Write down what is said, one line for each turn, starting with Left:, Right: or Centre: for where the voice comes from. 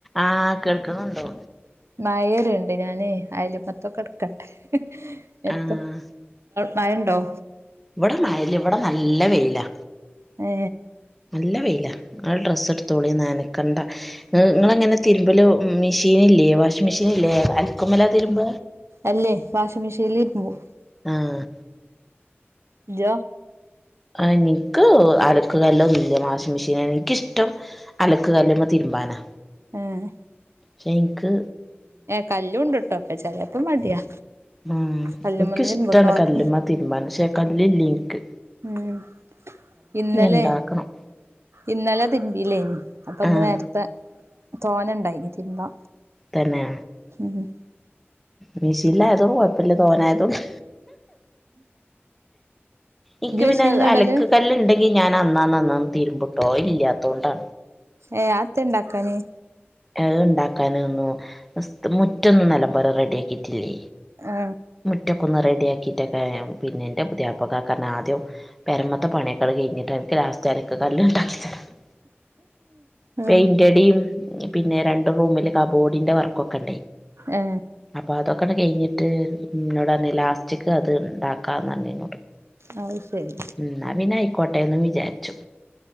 Centre: ആ ക നിക്കുന്നുണ്ടോ
Right: മായരുണ്ട് ഞാന് അയാല്മത്തൊക്കെ എടുക്കട്ടെ എത്ത
Centre: ആഹ്
Right: മഴയുണ്ടോ?
Centre: ഇവിടെ മഴയില്ല ഇവിടെ നല്ല വെയിലാ.
Right: ഏ
Centre: നല്ല വെയില. ആ ഡ്രസ്സ് എടുത്തോളി നനക്കേണ്ട. നിങ്ങളങ്ങനെ തിരുമ്പിലോ ഉം മിഷീൻ ഇല്ലേ? വാഷി മെഷീനില്ലേ അലക്ക്മലാ തിരുമ്പ?
Right: അല്ലേ വാഷിംഗ് മെഷീനിൽ തിരുമ്പും.
Centre: ആഹ്.
Right: ജ
Centre: ഇനിക്ക് അലക്ക് കല്ലൊന്നുല്ല വാഷിംഗ് മെഷീനാ എനിക്കിഷ്ടം അലക്ക് കല്ല്മ്മേ തിരുമ്പാനാ.
Right: ഏഹ്
Centre: ക്ഷേൻക്ക്
Right: ഏ കല്ലൂണ്ട്ട്ടോ. അപ്പ ചെലേപ്പം മടിയാ.
Centre: ഉം
Right: കല്ലുമ്മന്ന്
Centre: ഇനിക്കിഷ്ടമാണ്
Right: ഇരുമ്പും തോനെ
Centre: കല്ലുമ്മ തിരുമ്പാന് പക്ഷെ ല്ലില്ലെൻക്ക്
Right: ഉം ഇന്നലെ
Centre: ഇണ്ടാക്കണം
Right: ഇന്നലെ തിരിമ്പില്ലേനി അപ്പൊ
Centre: ആഹ്
Right: ഇന്ന് നേരത്തെ തോന്നെണ്ടായിന് തിരുമ്പാ
Centre: തന്നെ
Right: മ്
Centre: മീഷിന്ലായതോണ്ട് കൊഴപ്പല്ല തോനായതോണ്ട് ഇന്ക്ക്
Right: ഇജ്
Centre: പിന്നെ
Right: മിഷീനിലാ
Centre: അലക്ക്
Right: ഇടല്
Centre: കല്ല്ണ്ടെ ങ്കി ഞാനന്നാന്ന് അന്നാ മ് തിരുമ്പുട്ടോ അയില്ലാത്തോണ്ടാ
Right: ഏ അഹ് എത്തെ ഇണ്ടാക്കാഞ്ഞേ?
Centre: അഹ് ഇണ്ടാക്കാനൊന്നും സ്ത് മുറ്റൊന്നും നല്ലമ്പോലെ റെഡി ആക്കിട്ടില്ലേ
Right: ആ
Centre: മുറ്റക്കൊന്നു റെഡിയാ ക്കിട്ടൊക്കെ പിന്നെ ഇൻ്റെ പുതിയാപ്ല കാക്കർഞ്ഞ് ആദ്യം പെരമത്തെ പണിയൊക്കെ അഹ് കഴിഞ്ഞിട്ട് അനക്ക് ലാസ്റ്റ് അലക്ക്കല്ല്ണ്ടാക്കി തരാന്ന്
Right: ആ
Centre: പെയിൻ്റടിയും പിന്നെ ര ണ്ട് റൂമില് കാബോ ഡിന്റെ വർക്കൊക്കണ്ടെ
Right: ഏ
Centre: അപ്പൊ അതൊക്കെന്ന് കഴിഞ്ഞിട്ട് ഇന്നോടർഞ്ഞ് ലാസ്റ്റ്ക്ക് അ ത് ഇണ്ടാക്കാർഞ്ഞാ അന്ന് ഇന്നോട്
Right: അത് ശരി
Centre: ഉം ന്നാപ്പിന്നെ ആയിക്കോ ട്ടെന്ന് വിചാരിച്ചു